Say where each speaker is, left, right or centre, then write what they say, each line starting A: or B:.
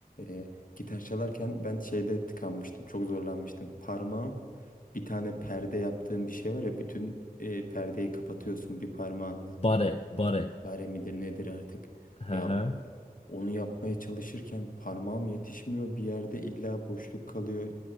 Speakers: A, on the left; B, on the left.
A: e, gitar çalarken ben şeyde tıkanmıştım. Çok zorlanmıştım. Parmağım bir tane perde yaptığım bir şey var ya bütün e, perdeyi kapatıyorsun bir parmağınla.
B: Bare, bare.
A: Fare midir nedir artık.
B: Hı
A: Ya
B: hı.
A: o- onu yapmaya çalışırken parmağım yetişmiyor. Bir yerde illa boşluk kalıyor.